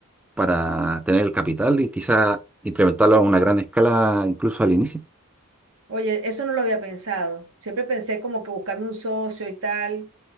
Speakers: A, in the centre; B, on the right.
A: para tener el capital y quizás implementarlo a una gran escala incluso al inicio.
B: Oye, eso no lo había pensado. Siempre pensé como que buscarme un socio y tal,